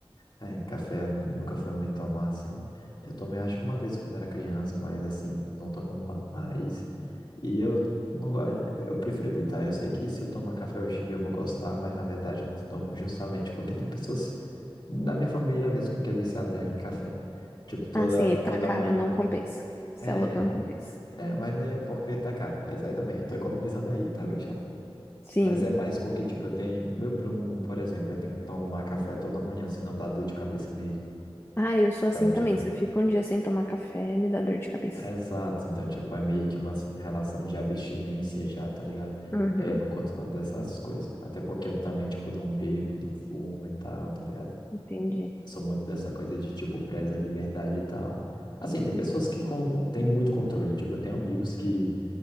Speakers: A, on the left; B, on the left.
A: É, café eu nunca foi muito tomar, assim. Eu tomei acho que uma vez quando era criança, mas assim, eu não tomo ma- mais. E eu não gosto, eu prefiro evitar. Eu sei que se eu tomar café hoje em dia eu vou gostar, mas na verdade eu não tomo justamente porque tem pessoas da minha família mesmo que é viciada em café. Tipo, toda,
B: Ah, sim, e tá
A: toda
B: caro,
A: manhã.
B: não compensa. Você
A: É,
B: é louco, não compensa.
A: é, mas né, porque tá caro. Mas ainda bem, eu tô economizando aí, tá, já.
B: Sim.
A: Mas é mais porque, tipo, eu tenho. Meu primo, por exemplo, ele tem que tomar café toda manhã, senão dá dor de cabeça nele.
B: Ah, eu sou
A: Então,
B: assim
A: tipo,
B: também. Se eu fico um dia sem tomar café, me dá dor de cabeça.
A: É, Exato, então, tipo, é meio que uma relação de abstinência já, tá ligado?
B: Uhum,
A: É, não conto nada dessas coisas. Até porque eu também, tipo, não bebo, não fumo e tal, tá ligado?
B: entendi.
A: Eu sou muito dessa coisa de, tipo, preza a liberdade e tal. Assim, tem pessoas que com... têm muito controle, tipo, eu tenho amigos que,